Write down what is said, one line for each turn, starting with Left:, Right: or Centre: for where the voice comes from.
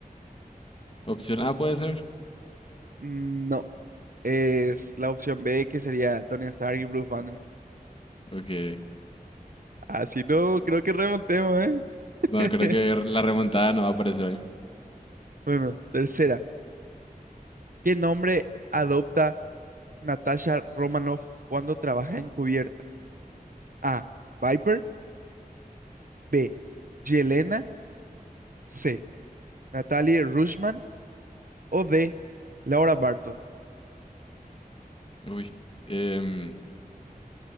Left: Opción A puede ser.
Right: No, es la opción B que sería Tony Stark y Bruce Banner.
Left: Ok.
Right: Así no, creo que remontemos, ¿eh? <laughs>
Left: No, creo que la remontada no va a aparecer ahí.
Right: Bueno, tercera. ¿Qué nombre adopta Natasha Romanoff cuando trabaja encubierta? A. Viper. B. Yelena. C. Natalie Rushman o D. Laura Barton.
Left: Uy. Em,